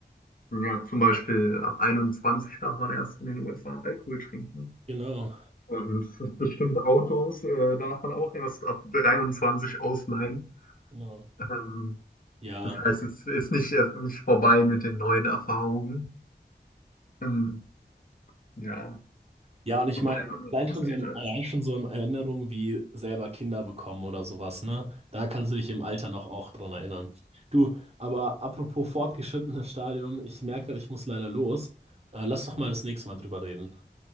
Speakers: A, on the left (about 55°); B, on the right (about 35°).
A: Ja, zum Beispiel ab 21 darf man erst in den USA Alkohol trinken.
B: genau,
A: Und <laughs> bestimmte Autos äh, darf man auch erst ab 23 ausleihen.
B: genau.
A: Ähm,
B: Ja.
A: das heißt, es ist nicht, erst nicht vorbei mit den neuen Erfahrungen. Ähm, ja,
B: Ja, und ich
A: sobald
B: meine,
A: man
B: allein
A: etwas
B: schon
A: älter
B: so, allein
A: ist.
B: schon so in Erinnerung wie selber Kinder bekommen oder sowas, ne? Da kannst du dich im Alter noch auch dran erinnern. Du, aber apropos fortgeschrittenes Stadium, ich merke gerade, ich muss leider los. Äh, lass doch mal das nächste Mal drüber reden.